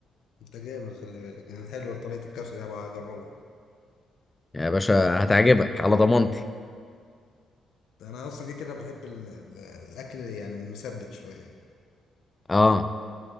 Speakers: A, on the left (about 80°); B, on the left (about 15°).
A: انت جامد خلي بالك يعني حلوه طريقه الكبسه دي هبقى اجربها
B: يا باشا هتعجبك على ضمانتي
A: انا اصلا كده كده بحب ال- ال- الاكل يعني المسبك شويه
B: اه